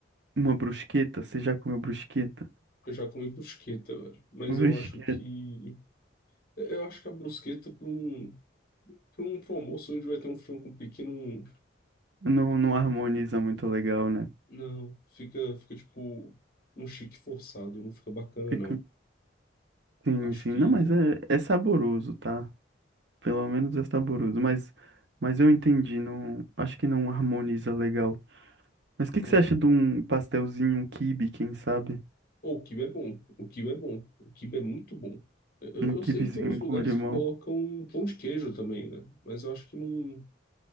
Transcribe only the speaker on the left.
eu já comi brusqueta, velho. Mas
eu acho que. Eu acho que a brusqueta para um, para um, pra um almoço onde vai ter um frango pequeno.
Não, fica, fica tipo um chique forçado, não fica bacana,
não.
Acho
que.
É.
Ou o quibe é bom, o quibe é bom, o quibe é muito bom. Eu,
eu sei que tem uns lugares
que colocam pão de queijo também, né? Mas eu acho que não,